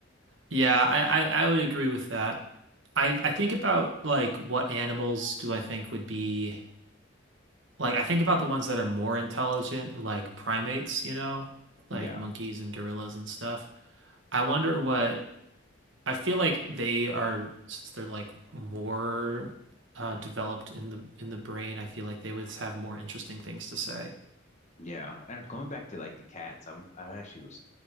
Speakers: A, on the right; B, on the left.
A: Yeah, I, I I would agree with that. I I think about like what animals do I think would be like I think about the ones that are more intelligent, like primates, you know, like
B: Yeah,
A: monkeys and gorillas and stuff. I wonder what I feel like they are since they're like more uh developed in the in the brain, I feel like they would have more interesting things to say.
B: yeah. And going back to like the cats, I'm I actually was